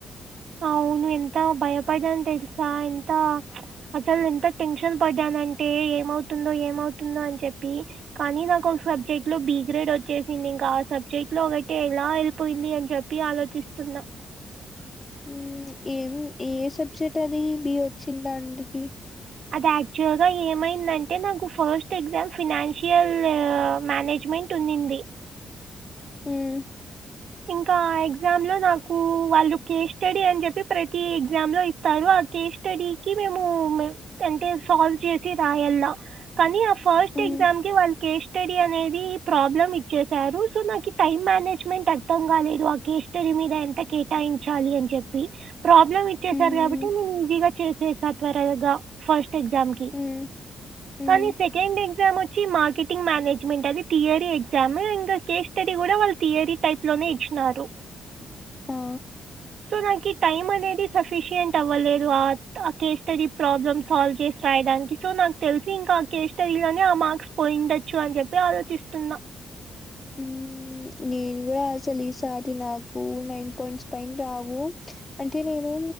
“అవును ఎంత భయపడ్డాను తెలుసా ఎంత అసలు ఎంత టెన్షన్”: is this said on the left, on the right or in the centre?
Right